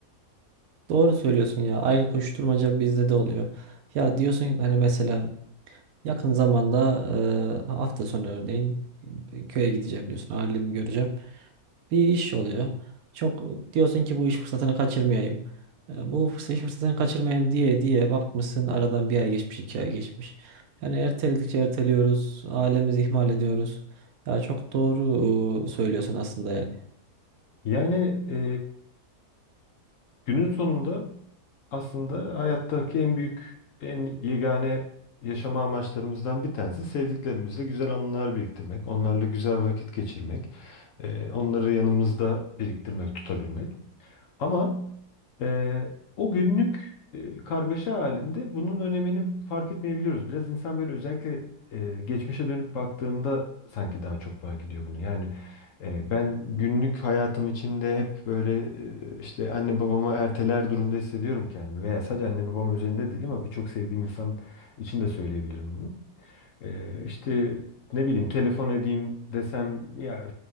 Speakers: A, on the right; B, on the left.
A: Doğru söylüyorsun ya. Aynı koşturmaca bizde de oluyor. Ya diyorsun hani mesela yakın zamanda e, hafta sonu örneğin köye gideceğim diyorsun. Ailemi göreceğim. Bir iş oluyor. Çok diyorsun ki bu iş fırsatını kaçırmayayım. E, bu fırs- iş fırsatını kaçırmayayım diye diye bakmışsın aradan bir ay geçmiş, iki ay geçmiş. Yani erteledikçe erteliyoruz. Ailemizi ihmal ediyoruz. Ya çok doğru e, söylüyorsun aslında. yani.
B: Yani e, günün sonunda aslında hayattaki en büyük, en yegane yaşama amaçlarımızdan bir tanesi sevdiklerimizle güzel anılar biriktirmek, onlarla güzel vakit geçirmek, e, onları yanımızda biriktirmek, tutabilmek. Ama e, o günlük e, kargaşa halinde bunun önemini fark etmeyebiliyoruz. Biraz insan böyle özellikle e, geçmişe dönüp baktığında sanki daha çok fark ediyor bunu. Yani e, ben günlük hayatım içinde hep böyle e, işte anne babamı erteler durumda hissediyorum kendimi. Veya sadece anne babam üzerinde değil ama birçok sevdiğim insan için de söyleyebilirim bunu. Ee, işte ne bileyim telefon edeyim desem ya